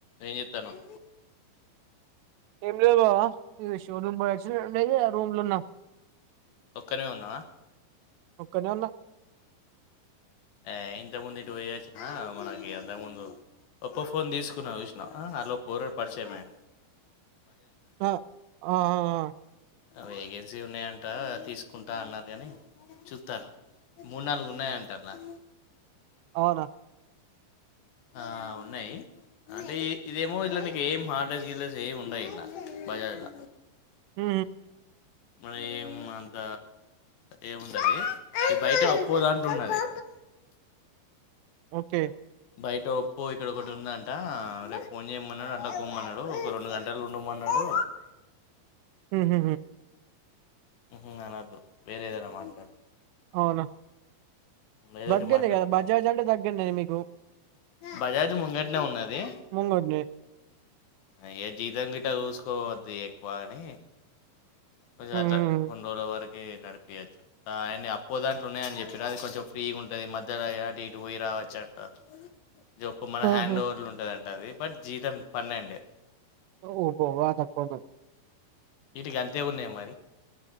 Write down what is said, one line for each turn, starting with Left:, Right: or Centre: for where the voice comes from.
Left: ఏం చేతన్నావ్
Right: ఏం లేద్ బావ ఈ షోరూమ్ పోయోచ్చినా డైదే రూమ్ లో ఉన్నాం
Left: ఒక్కనీవే ఉన్నావ
Right: ఒక్కనే ఉన్నా
Left: ఏ ఇంత ముందు ఇటు పోయొచ్చిన మనకి అంతకు ముందు ఒప్పో ఫోన్ తీసుకున్న చూసిన వ అలో పోరాడు పరిచయం అయ్యిండు
Right: ఆ ఆ ఆ
Left: వేకెన్సీ ఉన్నాయంట తీసుకుంటా అన్నారు కాని చూతాను మూడు నాలుగు ఉన్నాయంట ల
Right: అవునా
Left: ఆ ఉన్నాయి అంటే ఇ ఇదేమో ఇట్ల ఏం హార్డేస్ గిల్డెస్ ఏమి ఉండయి ఇట్లా బాజజ్ల
Right: హ
Left: మన ఏం అంత ఏముండది బయట అప్పో దాంట్లున్నది
Right: ఓకే
Left: బయట ఒప్పో ఇక్కడ ఒకటి ఉందంట రేపు ఫోన్ చేయమన్నాడు అడ్లా పోమ్మన్నాడు ఒక రెండు గంటలు ఉండమన్నాడు
Right: హు హు
Left: హుహు అనదు వేరే ఏదనా మాట్లాడు
Right: అవునా
Left: ఏదోటి
Right: దగ్గరనే
Left: మాట్లాడతాం
Right: కదా బజాజ్ అంటే దగ్గరనే మీకు
Left: బజాజ్ ముంగట్నే ఉన్నది
Right: ముంగట్నే
Left: అయ జీతం గు ఇంట కూూసుకోవద్ది ఇగ ఎక్కువగాని కొంచట్లా
Right: హ్మ్ హ్మ్ హ్మ్
Left: కొన్నిరొలవరకి ఏ నడిపియ ఆయన అప్పో దాంట్లో ఉన్నాయని చెప్పిన అది కొంచెం ఫ్రీగా ఉంటది మధ్యలో ఏడ అటు ఇటు పోయి రావచ్చ అంట జప్పు మన హ్యాండ్ఓవర్ల
Right: ఆహా
Left: ఉంటుదంట అది బట్ జీతం పన్నేండే
Right: ఓ ఓ బా తక్కువుంది
Left: వీటికి అంతే ఉన్నాయి మరి